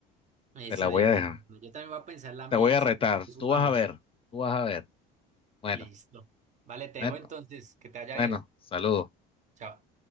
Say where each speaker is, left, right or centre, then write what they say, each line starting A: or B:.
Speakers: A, on the right; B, on the left.
A: Eso
B: Te la
A: de
B: voy a
A: una.
B: dejar.
A: Yo también voy a pensar la
B: Te
A: mía
B: voy
A: y
B: a
A: si
B: retar.
A: algo, pues jugamos.
B: Tú vas a ver. Tú vas a ver. Bueno,
A: Listo. Vale, te
B: bueno,
A: dejo entonces. Que te vaya
B: bueno.
A: bien.
B: Saludos.
A: Chao.